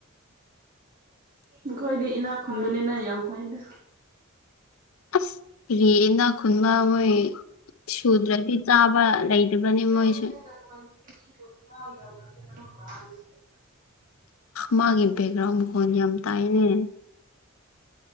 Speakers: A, on the right (about 35°); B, on the left (about 70°).
A: <inaudible> ꯑꯩꯈꯣꯏꯗꯤ ꯏꯅꯥꯛ ꯈꯨꯟꯕꯅꯤꯅ ꯌꯥꯝ ꯐꯩꯗ
B: ꯑꯁ ꯔꯦꯗ ꯈꯨꯟꯕ ꯃꯣꯏ ꯁꯨꯗ꯭ꯔꯗꯤ ꯆꯥꯕ ꯂꯩꯇꯕꯅꯤ
A: <inaudible>
B: ꯃꯣꯏꯁꯨ ꯃꯥꯒꯤ ꯕꯦꯛꯒ꯭ꯔꯥꯎꯟ ꯐꯣꯟ ꯌꯥꯝ ꯇꯥꯏꯅꯦ